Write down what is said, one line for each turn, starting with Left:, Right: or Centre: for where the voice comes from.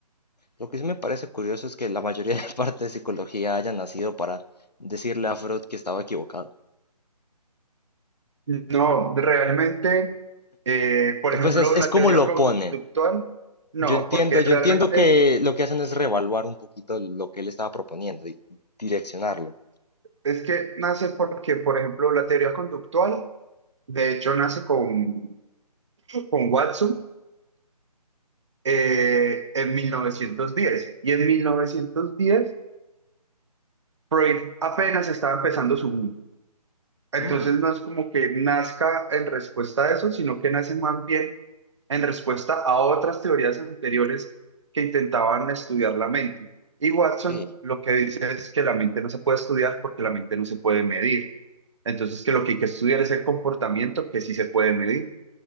Left: Lo que sí me parece curioso es que la mayoría de <laughs> la parte de psicología haya nacido para decirle a Freud que estaba equivocado.
Right: No, realmente, eh, por
Left: Eh,
Right: ejemplo,
Left: Pues es, es
Right: la
Left: como
Right: teoría
Left: lo
Right: conductual,
Left: ponen.
Right: no,
Left: Yo entiendo,
Right: porque
Left: yo
Right: realmente
Left: entiendo que lo que hacen es reevaluar un poquito lo que él estaba proponiendo y direccionarlo.
Right: es que nace porque, por ejemplo, la teoría conductual De hecho, nace con, con Watson eh, en mil novecientos diez Y en 1910 Freud apenas estaba empezando su boom. Entonces,
Left: Mm,
Right: no es como que nazca en respuesta a eso, sino que nace más bien en respuesta a otras teorías anteriores que intentaban estudiar la mente. Y Watson
Left: ok.
Right: lo que dice es que la mente no se puede estudiar porque la mente no se puede medir. Entonces, que lo que hay que estudiar es el comportamiento que sí se puede medir.